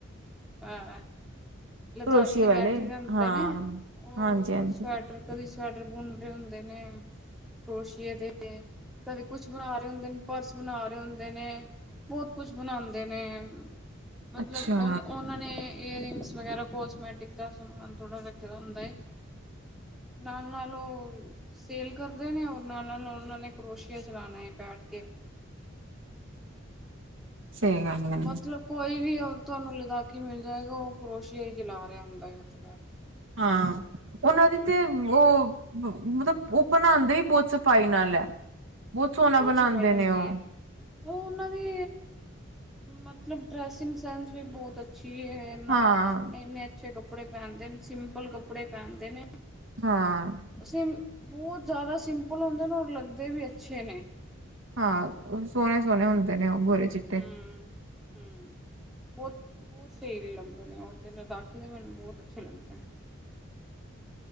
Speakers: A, in the centre; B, on the right.
A: ਹਹ- ਲਦਾਖੀ
B: ਕਰੋਸ਼ੀਏ ਵਾਲੇ
A: ਬੈਠੇ ਜਾਂਦੇ
B: ਹਾਂ
A: ਨੇ ਉਹ
B: ਹਾਂਜੀ ਹਾਂਜੀ
A: ਸਵੈਟਰ ਕਦੀ- ਸਵੈਟਰ ਗੁਨ ਰਹੇ ਹੁੰਦੇ ਨੇ ਕਰੋਸ਼ੀਏ ਦੇ ਕਦੇ ਕੁਛ ਬਣਾ ਰਹੇ ਹੁੰਦੇ ਨੇ ਪਰਸ ਬਣਾ ਰਹੇ ਹੁੰਦੇ ਨੇ ਬਹੁਤ ਕੁਛ ਬਣਾਉਂਦੇ ਨੇ- ਮਤਲਬ
B: ਅੱਛਾ
A: ਉਹ ਉਹਨਾਂ ਨੇ ਈਅਰਰਿੰਗਸ- ਵਗੈਰਾ ਕੋਸਮੈਟਿਕ ਦਾ ਸਮਾਨ ਥੋੜ੍ਹਾ- ਥ ਤਾਂ ਹੁੰਦਾਏ- ਨਾਲ ਨਾਲ ਉਹ ਸੇਲ ਕਰਦੇ ਨੇ ਔਰ ਨਾਲ ਨਾਲ ਉਹਨਾਂ ਨੇ ਕਰੋਸ਼ੀਆ ਚਲਾਣਾ ਬੈਠ ਕੇ-
B: ਸਹੀ ਗੱਲ ਹੈ
A: ਮਤਲਬ ਕੋਈ ਵੀ- ਤੁਹਾਨੂੰ ਲਦਾਖੀ ਮਿਲ ਜਾਏਗਾ ਉਹ ਕਰੋਸ਼ੀਆ ਹੀ ਚਲਾ ਰਿਹਾ ਹੁੰਦਾ ਉੱਥੇ ਬੈਠ ਕੇ-
B: ਹਾਂ- ਉਹਨਾਂ ਦੀ
A: ਹੂੰ
B: ਤੇ ਉਹ- ਮਤਲਬ ਉਹ ਬਣਾਉਂਦੇ ਵੀ ਬਹੁਤ ਸਫ਼ਾਈ ਨਾਲ- ਲੈ ਬਹੁਤ ਸੋਹਣਾ ਬਣਾਉਂਦੇ
A: ਸਫਾਈ ਹੁੰਦੀ
B: ਨੇ ਉਹ-
A: ਹੈ ਉਹ ਉਹਨਾਂ ਦੀ ਮਤਲਬ ਡਰੈਸਿੰਗ ਸੈਂਸ ਵੀ ਬਹੁਤ ਅੱਛੀ- ਇੰਨੇ
B: ਹਾਂ
A: ਅੱਛੇ ਕੱਪੜੇ- ਕੱਪੜੇ ਪੈਂਦੇ ਨੇ ਸਿੰਪਲ ਕੱਪੜੇ ਪੈਂਦੇ ਨੇ-
B: ਹਾਂ-
A: ਸਿੰ ਬਹੁਤ ਜ਼ਿਆਦਾ ਸਿੰਪਲ ਹੁੰਦੇ ਨੇ ਔਰ ਲੱਗਦੇ ਵੀ ਅੱਛੇ ਨੇ-
B: ਹਾਂ ਸੋਹਣੇ ਸੋਹਣੇ ਹੁੰਦੇ ਨੇ ਉਹ- ਗੋਰੇ ਚਿੱਟੇ
A: ਹਮ- ਹਮ ਬਹੁਤ ਬਹੁਤ ਸਹੀ ਲੱਗਦੇ ਨੇ ਤੇ ਲਦਾਖੀ ਦੇ ਮੈਨੂੰ ਬਹੁਤ ਅੱਛੇ ਲੱਗਦੇ ਨੇ-